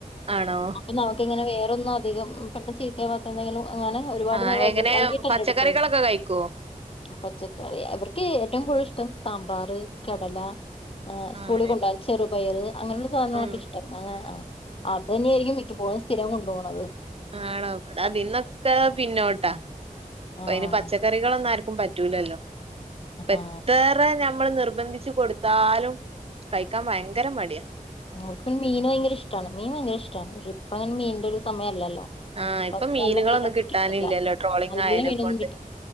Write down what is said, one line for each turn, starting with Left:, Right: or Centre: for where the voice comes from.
Right: ആണോ
Left: <unintelligible> വേറൊന്നും അധികം പെട്ടന്ന് ചീത്തയാവാത്തെ എന്തെങ്കിലും അങ്ങനെ ഒരുപാട്
Right: ആഹ്
Left: നേരം വൈക്
Right: എങ്ങനെ
Left: വൈകിട്ടല്ലേ
Right: പച്ചക്കറികളൊക്കെ
Left: എടുക്കുള്ളൂ,
Right: കഴിക്കോ?
Left: മ് പച്ചക്കറി അവർക്ക് ഏറ്റോം കൂടുതൽ ഇഷ് <unintelligible> സാമ്പാറ്, കടല ആ സ്കൂളി
Right: ആണല്ലേ
Left: കൊണ്ടോൻ ചെറ് പയറ് അങ്ങനെയൊള്ള സാധനങ്ങളൊക്കെ
Right: ഉം
Left: ഇഷ്ടം <unintelligible> ആ അത് തന്നെയായിരിക്കും മിക്കപ്പോഴും സ്ഥിരം കൊണ്ടോണത്.
Right: ആണോ ഇവടെ അതിന്നൊക്കെ പിന്നോട്ടാ അപ്പ
Left: ആഹ്
Right: അയ്ന് പച്ചക്കറികളൊന്നും ആർ ക്കും പറ്റൂലല്ലോ. എത്തറെ
Left: ആഹ്
Right: ഞമ്മള് നിർബ് നിർബന്ധിച്ച് കൊടുത്താലും കൈക്കാൻ ഭയങ്കര മടിയാ.
Left: ഓല്ക് മീൻ ഭയങ്ക ഇഷ്ടാണ്, മീൻ ഭയങ്കര ഇഷ്ടാണ്, പക്ഷേ ഇപ്പ അങ്ങനെ മീൻന്റെരു സമയല്ലല്ലോ.
Right: ആ
Left: ഇപ്പൊ
Right: ഇപ്പം മീനുകളൊന്നും
Left: നല്ല മീനൊന്നും
Right: കിട്ടാനില്ലല്ലോ
Left: കിട്ടില്ല
Right: ട്രോളിങ്
Left: നല്ല
Right: ആയനെക്കൊണ്ട്,
Left: മീനൊന്നും